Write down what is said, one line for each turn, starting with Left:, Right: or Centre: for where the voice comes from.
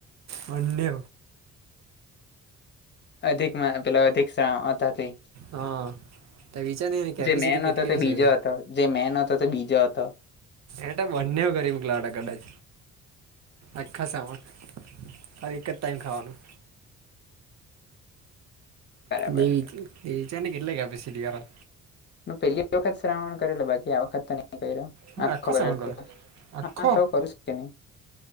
Right: બંને
Left: અધિક મહિનો પેલા અધિકતાથી.
Right: હા તો વિચાર કેપેસિટી
Left: જે મેન
Right: કેટલી
Left: હતો તે
Right: હસે.
Left: બીજો હતો જે મેન હતો તે બીજા હતો.
Right: એટ બંને કરી <unintelligible> કદાચ. આખા સામાન તારે એક જ ટાઈમ ખાવાનું.
Left: બરાબર
Right: <unintelligible> ને કેટલા કેટલી કેપેસિટી વાલા
Left: પેલી વખત શ્રાવણ કરેલો બાકી આ વખત તો નહી કર્યો.
Right: હું
Left: આખો કરેલો
Right: શ્રાવણ કરો આખો
Left: હા તો કરી શકીએ ને.